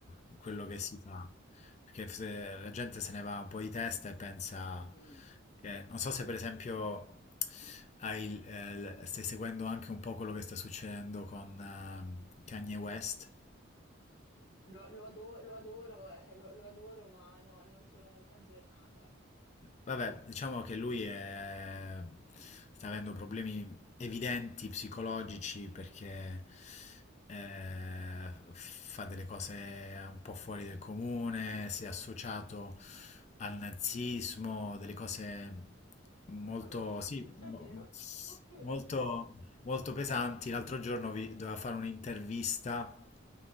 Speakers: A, on the left; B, on the left.
A: in
B: anche.
A: quello che si fa, perché se la gente se ne va un po' di testa e pensa
B: Mm.
A: che, non so se per esempio hai il- eh, l- stai seguendo anche un po' quello che sta succedendo con eh, Kanye West.
B: Lo, lo ado- lo adoro, eh, lo, lo adoro, ma no, non sono molto aggiornata.
A: Vabbè, diciamo che lui è- sta avendo problemi evidenti psicologici perché
B: Mm.
A: eh, fa delle cose un po' fuori del comune, si è associato al nazismo, delle cose molto,
B: Madonna,
A: sì,
B: ci- davvero?
A: mo- mo-
B: <laughs> Povero.
A: molto, molto pesanti. L'altro giorno vi- doveva fare un'intervista